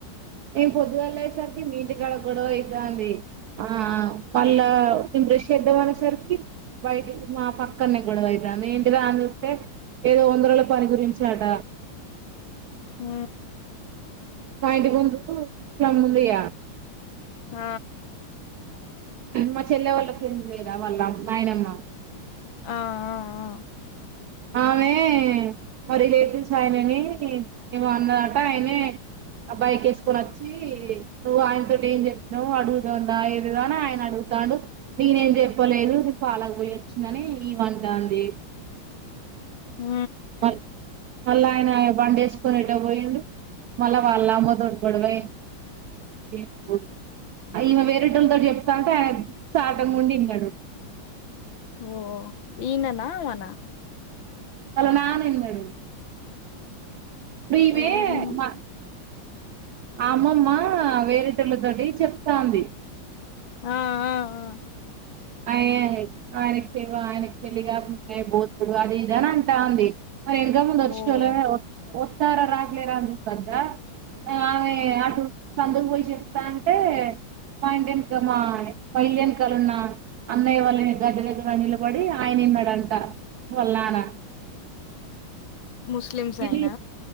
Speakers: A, on the right; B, on the left.
A: నేన్ పొద్దుగాల్ లేేసరికి మీ ఇంటి కడ గొడవైతాంది ఆ మళ్ళా నేన్ బ్రష్ చేద్దాం అనే సరికి బయటికి మా పక్కనే గొడవైతంది ఏంటి రా అన్ చూస్తే ఏదో వందరుల పని గురించి అట
B: హూ
A: మా ఇంటి ముందు ముస్లమ్మ ముందిగ
B: ఆ
A: మా చెల్లె వాళ్ళ ఫ్రెండ్స్ లేర వాళ్ళ నాయనమ్మ
B: ఆ ఆ ఆ
A: ఆమె మా రిలేటివ్స్ ఆయనని ఏమో అన్నాడట ఆయనే అబ్బాయికి వేసుకొని వచ్చి నువ్వు ఆయనతోటి ఏం చెప్పావు అడుగుతుందా ఏదని ఆయన అడుగుతాడు నేనే ఏం చెప్పలేదు ఇది పాలకు పోయి వచ్చిందని ఇమ అంటాన్ది
B: ఉ
A: మళ్ మళ్ళీ ఆయన బండి వేసుకొని ఎటో పోయిండు మ వాళ్ళ అమ్మ తోటి <unintelligible> ఈమె వేరేటోలతోటి చెప్తాఉంటే ఆ <unintelligible>
B: ఓ ఈననా ఆమన
A: వాళ్ళ నాన్న ఇన్నడు <unintelligible>
B: ఎవరు?
A: ఆ అమ్మమ్మ వేరేటోలతోటి చెప్తుంది
B: ఆ ఆ! ఆ!
A: అయ ఆయన ఆయనకి పెళ్లిగాకు బోతుడు అది ఇదని అంటాఉంది మరి ఎంత ముందు వచ్చుకోలే
B: ఓహ్!
A: ఒత్తార <unintelligible> ఆమె అటు <unintelligible> పోయి చెప్తంటే మా ఇంటెనుకున్న మా ఇల్లుఎనకలున్న అన్నయ్య వాళ్ళని గద్దగ్గగానిలబడి ఆయన విన్నాడుంట వాళ్ళ నాన్న
B: ముస్లిమ్స్
A: ఇది
B: ఆయన